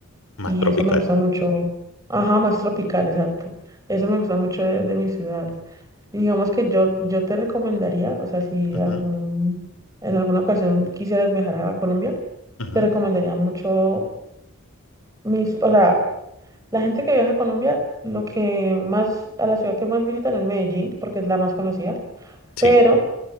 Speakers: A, on the left (about 75°); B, on the right (about 15°).
A: más
B: Y
A: tropical.
B: eso me gusta mucho. Ajá, más tropical, exacto. Eso me gusta mucho de, de mi ciudad. Y Digamos que yo, yo te recomendaría, o sea, si
A: Ujú,
B: algún, en alguna ocasión quisieras viajar a Colombia,
A: ujú,
B: te recomendaría mucho mis, o sea, la gente que viaja a Colombia, lo que más, a la ciudad que más visitan es Medellín, porque es la más conocida,
A: Sí.
B: pero